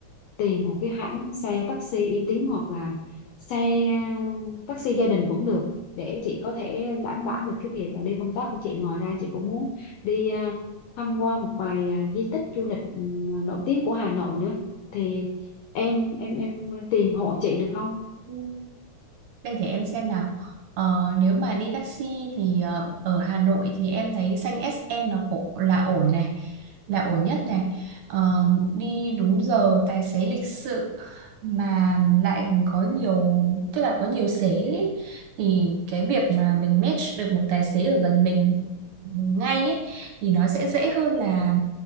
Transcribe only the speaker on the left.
tìm một cái hãng xe taxi uy tín hoặc là xe taxi gia đình cũng được để chị có thể đảm bảo được cái việc là đi công tác của chị ngoài ra chị cũng muốn đi à, tham quan một vài à, di tích du lịch ừ, nổi tiếng của Hà Nội nữa thì em em em tìm hộ chị được không